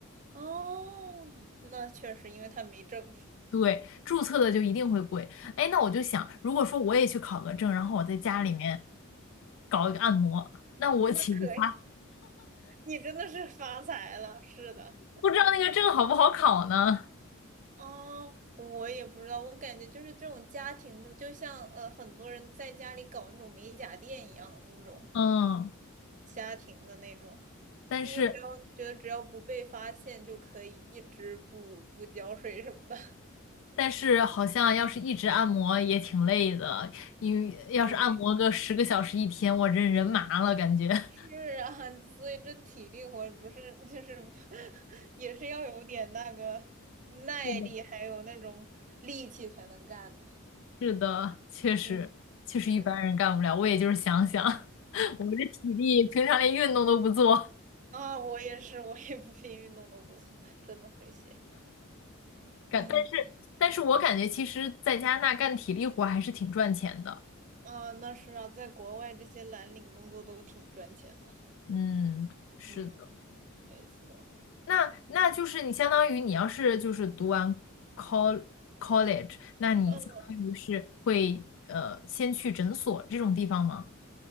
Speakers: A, on the right; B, on the left.
A: 哦，那确实，因为他没证。
B: 对，注册的就一定会贵。哎，那我就想，如果说我也去考个证，然后我在家里面
A: 嗯，
B: 搞一个按摩，那我岂不发？
A: <laughs> 那可以，你真的是发财了，是的。
B: 不知道那个证好不好考呢？
A: 哦，我也不知道，我感觉就是这种家庭的，就像呃很多人在家里搞那种美甲店一样那种
B: 嗯，
A: 家庭的那种，
B: 但是。
A: 我只要觉得只要不被发现就可以一直不不浇水什么的。<laughs>
B: 但是好像要是一直按摩也挺累的，因为要是按摩个十个小时一天，
A: 对，
B: 我这人麻了感觉。<laughs>
A: 是啊，<laughs> 所以这体力活不是就是 <laughs> 也是要有点那个耐力，
B: 是的。<laughs>
A: 还有那种力气才能干的。
B: 是的，确实，
A: 嗯，
B: 确实一般人干不了。
A: 是
B: 我也就是想想，<laughs> 我这体力平常连运动都不做，
A: 啊，我也是，我也不 <laughs> 比运动都不错，真的会写。
B: 感但
A: 嗯。
B: 但是我感觉其实在加拿大干体力活还是挺赚钱的。
A: 啊，那是啊，在国外这些蓝领工作都挺赚钱的。
B: 嗯，是的。
A: 嗯，没错。
B: 那那就是你相当于你要是就是读完 col college，那你相当于是会呃先去诊所这种地方吗？
A: 嗯